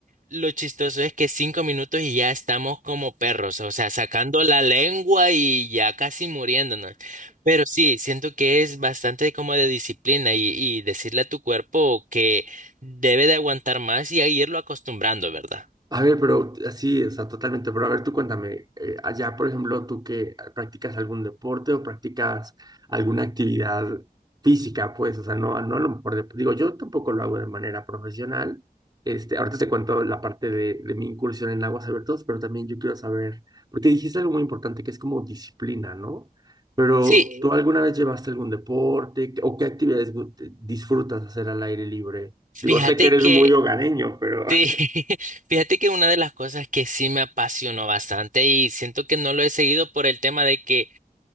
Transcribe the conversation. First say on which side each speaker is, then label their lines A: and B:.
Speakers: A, on the right; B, on the right.
A: lo chistoso es que cinco minutos y ya estamos como perros, o sea, sacando la lengua y ya casi muriéndonos. Pero sí, siento que es bastante como de disciplina y, y decirle a tu cuerpo que debe de aguantar más y a irlo acostumbrando, ¿verdad?
B: A ver, pero así, o sea, totalmente. Pero a ver, tú cuéntame, eh, allá, por ejemplo, tú que practicas algún deporte o practicas alguna actividad física, pues, o sea, no, no a lo mejor, de- digo, yo tampoco lo hago de manera profesional. Este, ahorita te cuento la parte de, de mi incursión en aguas abiertas, pero también yo quiero saber, porque dijiste algo muy importante que es como disciplina, ¿no? Pero
A: Sí,
B: ¿tú alguna vez llevaste algún deporte o qué actividades gu- te- disfrutas hacer al aire libre?
A: fíjate
B: Digo, sé que eres
A: que
B: muy hogareño, pero...
A: Sí, <laughs> fíjate que una de las cosas que sí me apasionó bastante y siento que no lo he seguido por el tema de que